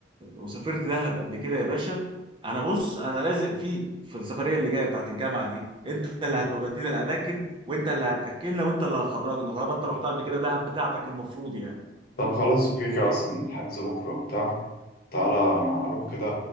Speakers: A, on the right (about 25°); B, on the left (about 50°).
A: وسافرت دهب قبل كده يا باشا انا بص انا لازق فيك في السفريه اللي جايه بتاعت الجامعه دي انت اللي هتودينا الاماكن وانت اللي هتاكلنا وانت اللي هتخرجنا طالما انت رحتها قبل كده دهب بتاعتك المفروض يعني
B: طب خلاص اوكي كده أصلا الحجز بكرة وبتاع تعالى أنا هروح كده